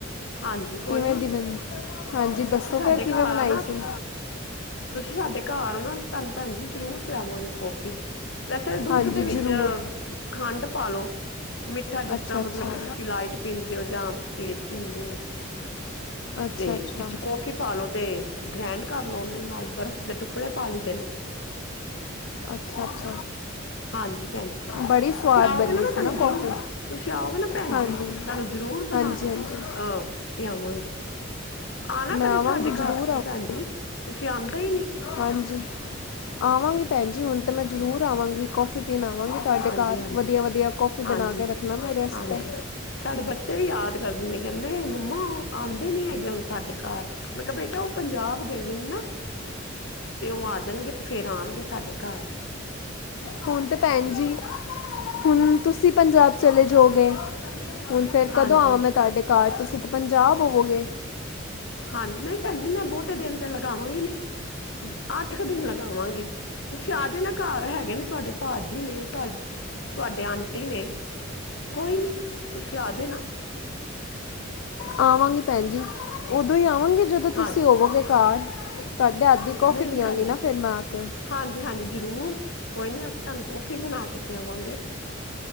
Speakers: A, on the left (about 65°); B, on the left (about 75°).
A: ਹਾਂਜੀ ਕੋਈ
B: ਕਿਵੇਂ
A: ਨੀ।
B: ਦੀ ਬਣਾਈ? ਹਾਂਜੀ
A: ਤੁਸੀਂ
B: ਦੱਸੋ
A: ਸਾਡੇ
B: ਫਿਰ ਕਿਵੇਂ
A: ਘਰ
B: ਬਣਾਈ
A: ਆਣਾ,
B: ਸੀ?
A: ਤੁਸੀਂ ਸਾਡੇ ਘਰ ਆਣਾ ਅਸੀਂ ਤੁਹਨੂੰ ਭੈਣ ਜੀ ਜ਼ਰੂਰ ਪਿਆਵਾਂਗੇ। ਕੋਫੀ ਵੈਸੇ ਦੁੱਧ
B: ਹਾਂਜੀ
A: ਦੇ
B: ਜ਼ਰੂਰ
A: ਵਿੱਚ ਖੰਡ ਪਾਲੋ। ਮਿੱਠਾ ਜਿਸ
B: ਅੱਛਾ
A: ਤਰ੍ਹਾਂ ਮਤਲਬ
B: ਅੱਛਾ
A: ਕਿ ਤੁਸੀਂ ਲਾਈਟ ਪੀਂਦੇ ਹੋ, ਜਾਂ ਤੇਜ਼ ਪੀਂਦੇ ਹੋ।
B: ਅੱਛਾ
A: ਤੇ
B: ਅੱਛਾ।
A: ਵਿੱਚ ਕੌਫੀ ਪਾਲੋ ਤੇ ਗ੍ਰੈਂਡ ਕਰ ਲੋ ਉਹਨੂੰ ਨਾਲ ਬਰਫ਼ ਦੇ ਟੁਕੜੇ ਪਾ ਲਈਦੇ ਨੇ।
B: ਅੱਛਾ ਅੱਛਾ
A: ਹਾਂਜੀ ਭੈਣ ਜੀ
B: ਬੜੀ
A: ਤੁਸੀਂ
B: ਸਵਾਦ
A: ਆਓਗੇ
B: ਬਣੀ
A: ਨਾ ਮੈਂ
B: ਸੀ
A: ਤੁਹਾਨੂੰ ਜ਼ਰੂਰ
B: ਕੌਫੀ
A: ਤੁਸੀਂ ਆਓਗੇ ਨਾ ਭੈਣ
B: ਹਾਂਜੀ
A: ਜੀ ਤੁਹਾਨੂੰ ਜ਼ਰੂਰ ਬਣਾ
B: ਹਾਂਜੀ
A: ਕੇ
B: ਹਾਂਜੀ
A: ਅਹ ਪਿਆਵਾਂਗੀ। ਆਨਾ
B: ਮੈਂ
A: ਕਦੀ
B: ਆਵਾਂਗੀ
A: ਸਾਡੇ
B: ਜ਼ਰੂਰ
A: ਘਰ ਤੁਸੀਂ
B: ਆਵਾਂ
A: ਭੈਨਜੀ ਤੁਸੀਂ ਆਂਦੇ ਈ ਨੀ।
B: ਹਾਂਜੀ ਆਵਾਂਗੀ ਭੈਣ ਜੀ ਹੁਣ ਤਾਂ ਮੈਂ ਜ਼ਰੂਰ ਆਵਾਂਗੀ ਕੌਫੀ ਰੋਟੀ ਖਾਵਾਂਗੀ ਥੋਡੇ
A: ਹਾਂਜੀ
B: ਘਰ
A: ਹਾਂਜੀ
B: ਵਧੀਆ ਵਧੀਆ ਕੌਫੀ
A: ਹਾਂਜੀ
B: ਬਣਾ ਕੇ ਰੱਖਣਾ ਮੇਰੇ ਵਸਤੇ।
A: ਹਾਂਜੀ ਸਾਡੇ ਬੱਚੇ <unintelligible> ਨੇ ਕਹਿੰਦੇ ਮੰਮਾ ਉਹ ਆਉਂਦੇ ਨੀ ਹੈਗੇ ਹੁਣ ਸਾਡੇ ਘਰ, ਮੈਂ ਕਿਹਾ ਬੇਟਾ ਉਹ ਪੰਜਾਬ ਗਏ ਦੇ ਨੇ ਨਾ ਤੇ ਉਹ ਆ ਜਾਣਗੇ ਫੇਰ ਆਣਗੇ ਸਾਡੇ ਘਰ।
B: ਹੁਣ ਤੇ ਭੈਣ ਜੀ ਹੁਣ ਤੁਸੀਂ ਪੰਜਾਬ ਚਲੇ ਜਾਓਗੇ। ਹੁਣ ਫੇਰ
A: ਹਾਂਜੀ
B: ਕਦੋਂ ਆਵਾਂ ਮੈਂ ਤੁਹਾਡੇ ਘਰ ਤੁਸੀਂ। ਪੰਜਾਬ ਹੋਵੋਗੇ।
A: ਹਾਂਜੀ, ਨਹੀਂ ਭੈਣ ਜੀ ਮੈਂ ਬਹੁਤੇ ਦਿਨ ਤੇ ਲਗਾਵਾਂਗੀ। ਨੀ ਅੱਠ ਕੁ ਦਿਨ ਲਗਾਵਾਂਗੀ। ਤੁਸੀਂ ਆਜੇ ਨਾ ਘਰ ਹੈਗੇ ਨੇ ਤੁਹਾਡੇ ਭਾਜੀ ਨੇ ਤੁਹਾਡੇ ਆਂਟੀ ਨੇ ਕੋਈ ਨੀ ਤੁਸੀਂ ਆਜੇ ਨਾ।
B: ਆਵਾਂਗੀ ਭੈਣ ਜੀ ਓਦੋਂ ਹੀ। ਹਾਂਜੀ, ਜਦੋਂ ਤੁਸੀਂ
A: ਹਾਂਜੀ
B: ਹੋਵੋਗੇ ਘਰ। ਤੁਹਾਡੇ ਹੱਥ ਦੀ ਕੌਫੀ
A: ਨਹੀਂ -ਨਹੀਂ
B: ਪੀਆਂਗੀ
A: ਭੈਣ ਜੀ,
B: ਨਾ ਫਿਰ ਮੈਂ ਆ ਕੇ
A: ਹਾਂਜੀ -ਹਾਂਜੀ ਜ਼ਰੂਰ ਕੋਈ ਨੀ ਅ ਤੁਹਾਨੂੰ ਕੌਫੀ ਬਣਾ ਕੇ ਪਿਆਵਾਂਗੇ।